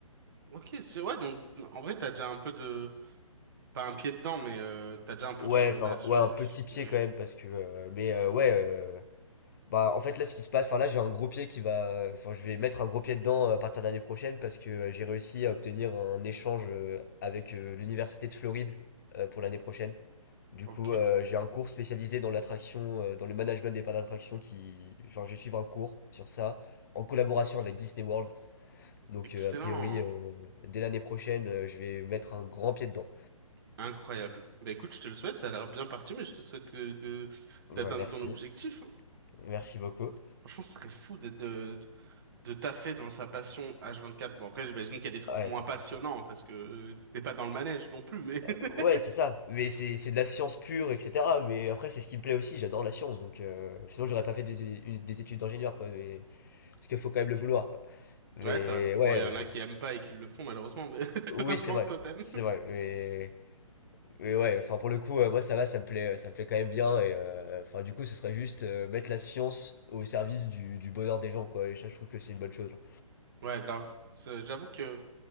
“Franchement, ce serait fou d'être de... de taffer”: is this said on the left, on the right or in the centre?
Right